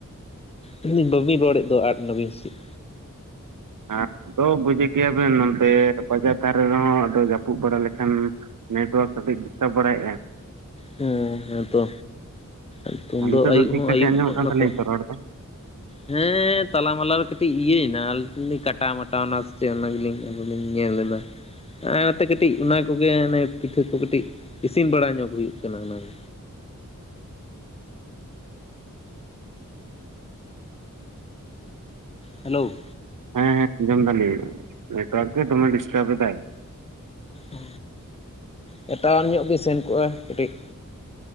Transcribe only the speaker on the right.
ᱟᱫᱚ ᱫᱚ ᱵᱩᱡᱮᱫ ᱜᱮᱭᱟᱵᱤᱱ ᱱᱚᱛᱮ ᱵᱟᱡᱟᱨ ᱫᱷᱟᱨᱮ ᱨᱮᱦᱚᱸ ᱟᱫᱚ ᱡᱟᱹᱯᱩᱫ ᱵᱟᱲᱟ ᱞᱮᱠᱷᱟᱱ ᱱᱮᱴᱣᱟᱨᱠ ᱠᱟᱴᱤᱡ ᱰᱤᱥᱴᱟᱵ ᱵᱟᱲᱟᱭᱮ-ᱟ᱾
ᱟᱨ ᱱᱤᱛᱚᱜ
ᱴᱷᱤᱠ
ᱴᱷᱟᱠ
ᱜᱮ ᱟᱸᱡᱚᱢᱚᱜ
ᱠᱟᱱ
ᱛᱟᱹᱞᱤᱧᱟ ᱛᱚ ᱨᱚᱲ ᱫᱚ
ᱦᱮᱸ ᱦᱮᱸ ᱟᱸᱡᱚᱢ ᱫᱟᱞᱤᱧ, ᱱᱮᱴᱣᱟᱨᱠ ᱜᱮ ᱫᱚᱢᱮ ᱰᱤᱥᱴᱟᱵ ᱮᱫᱟᱭ᱾